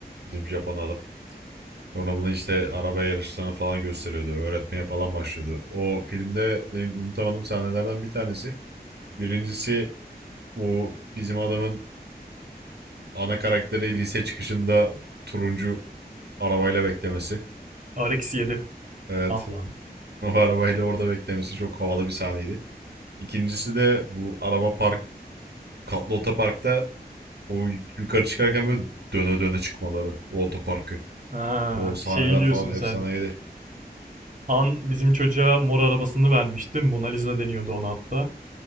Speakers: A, on the right; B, on the right.
A: Bizim Japon adam. Sonra bunu işte araba yarışlarını falan gösteriyordu. Öğretmeye falan başlıyordu. O filmde benim unutamadığım sahnelerden bir tanesi. Birincisi bu bizim adamın ana karakteri lise çıkışında turuncu arabayla beklemesi.
B: RX-7.
A: Evet.
B: Ah lan.
A: O arabayla orada beklemesi çok havalı bir sahneydi. İkincisi de bu araba park katlı otoparkta o yukarı çıkarken böyle döne döne çıkmaları o otoparkı.
B: Ha,
A: O sahneler
B: şey diyorsun
A: falan
B: sen.
A: efsaneydi.
B: Han bizim çocuğa mor arabasını vermişti. Mona Lisa deniyordu ona hatta.